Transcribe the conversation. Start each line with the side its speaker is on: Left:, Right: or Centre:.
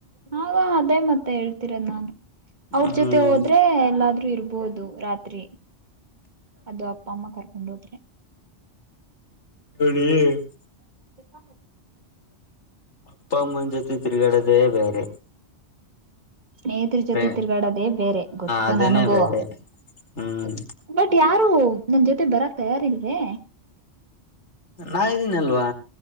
Right: ಹಾ ಅದೇ ಮತ್ತೆ ಹೇಳ್ತೀರ ನಾನು ಅವ್ರ
Left: ಹ್ಮ್
Right: ಜೊತೆ ಹೋದ್ರೆ ಎಲ್ಲಾದ್ರೂ ಇರ್ಬೋದು ರಾತ್ರಿ ಅದು ಅಪ್ಪ ಅಮ್ಮಾ ಕರ್ಕೊಂಡ್ ಹೋದ್ರೆ
Left: <unintelligible>
Right: <unintelligible>
Left: ಅಪ್ಪಾಅಮ್ಮನ ಜೊತೆ ತಿರುಗಾಡೊದೇ ಬೇರೆ
Right: ಸ್ನೇಹಿತರ ಜೊತೆ
Left: ಹ
Right: ತಿರ್ಗಾಡೋದೇ ಬೇರೆ ಗೊತ್ತು
Left: ಅದೇನೇ
Right: ನನಗೂ
Left: ಬೇರೆ ಹ್ಮ್
Right: ಬಟ್ ಯಾರು ನೀನ್ ಜೊತೆ ಬರಕ್ ತಯಾರ ಇಲ್ಲವೇ
Left: ರಾ ಇದ್ದೀನಲ್ವಾ